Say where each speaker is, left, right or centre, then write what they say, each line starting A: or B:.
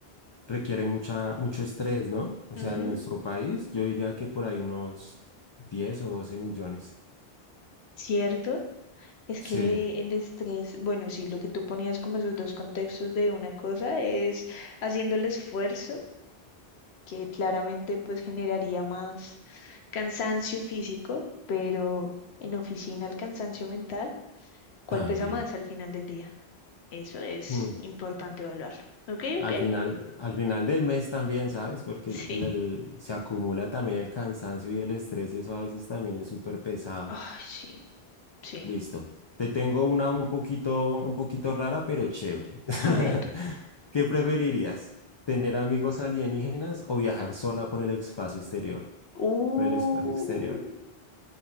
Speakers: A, on the left; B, on the left.
A: requiere mucha, mucho estrés, ¿no? O
B: Ujú.
A: sea, en nuestro país yo diría que por ahí unos 10 o 12 millones.
B: ¿Cierto? Es
A: Sí,
B: que el estrés, bueno, sí, lo que tú ponías como esos dos contextos de una cosa es haciendo el esfuerzo, que claramente pues generaría más cansancio físico, pero en oficina el cansancio mental, ¿cuál
A: también.
B: pesa más al final del día? Eso es
A: Mm.
B: importante evaluarlo. ¿Ok?
A: Al
B: ¿Ok? <laughs>
A: final, al final del mes también, ¿sabes? Porque
B: Sí.
A: el- el- el- se acumula también el cansancio y el estrés y eso a veces también es súper pesado.
B: Ay, sí, sí.
A: Listo. Te tengo una un poquito, un poquito rara, pero chévere. <laughs>
B: A ver.
A: ¿Qué preferirías? ¿Tener amigos alienígenas o viajar sola por el espacio exterior?
B: Uy,
A: Por el espacio exterior.